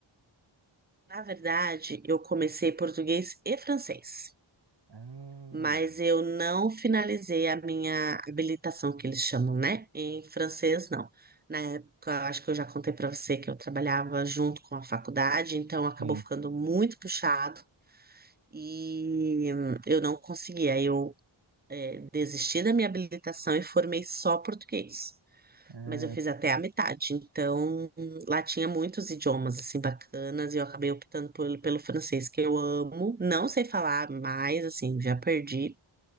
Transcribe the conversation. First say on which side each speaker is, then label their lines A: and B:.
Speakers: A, on the right (about 20°); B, on the right (about 55°).
A: Na verdade, eu comecei português e francês,
B: Hum,
A: mas eu não finalizei a minha habilitação, que eles chamam, né? Em francês, não. Na época, acho que eu já contei para você que eu trabalhava junto com a faculdade, então acabou
B: sim.
A: ficando muito puxado. E hum, eu não consegui. Aí eu desisti da minha habilitação e formei só português.
B: Ah,
A: mas eu fiz até a metade. Então, lá tinha muitos idiomas assim bacanas e eu acabei optando por- pelo francês, que eu amo. Não sei falar mais, assim, já perdi